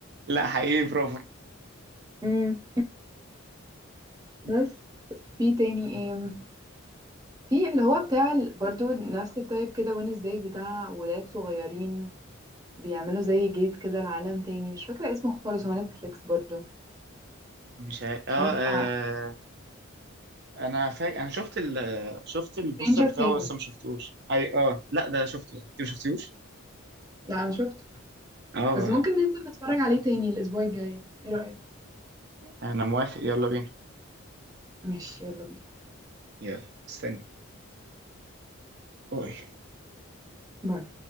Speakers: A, on the right (about 50°); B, on the right (about 15°).
A: لا حقيقي برافو
B: يعني بس في تاني ايه في اللي هو بتاع ال- برضو نفس التايب كده وينز داي بتاع ولاد صغيرين بيعملوا زي جيت كده لعالم تاني مش فاكرة اسمه خالص هو نتفليكس برضو
A: مش ع...
B: مش
A: اه,
B: عارفة
A: آه انا فا... انا شفت ال شفت البوستر
B: Stranger
A: بتاعه
B: Things
A: بس ما شفتوش اي اه لا ده شفته انت ما شفتوش
B: لا انا شفته
A: اه
B: بس
A: ب-
B: ممكن ننزل نتفرج عليه تاني الاسبوع الجاي ايه رأيك
A: انا موافق يلا بينا
B: ماشي يلا بينا
A: يلا استني أوي.
B: باي